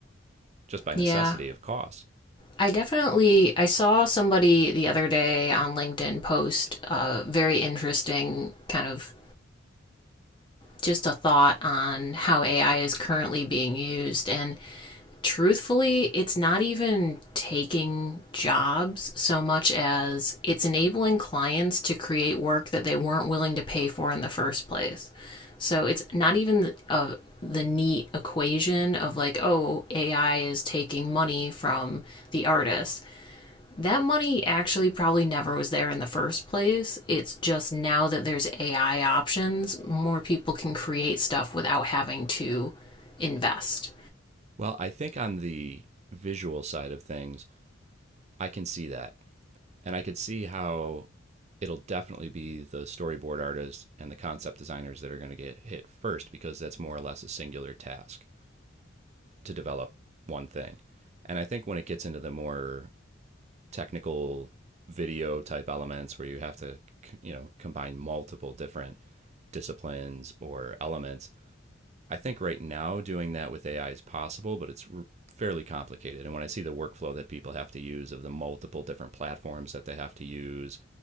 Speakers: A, on the right (about 35°); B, on the left (about 25°).
A: just by necessity
B: Yeah.
A: of cost.
B: I definitely I saw somebody the other day on LinkedIn post a very interesting kind of just a thought on how AI is currently being used. And truthfully, it's not even taking jobs so much as it's enabling clients to create work that they weren't willing to pay for in the first place. So it's not even a, the neat equation of like, oh, AI is taking money from the artist. That money actually probably never was there in the first place. It's just now that there's AI options, more people can create stuff without having to invest.
A: Well, I think on the visual side of things, I can see that. And I could see how it'll definitely be the storyboard artists and the concept designers that are going to get hit first because that's more or less a singular task. to develop one thing. And I think when it gets into the more technical video type elements where you have to, you know, combine multiple different disciplines or elements, I think right now doing that with AI is possible, but it's r- fairly complicated. And when I see the workflow that people have to use of the multiple different platforms that they have to use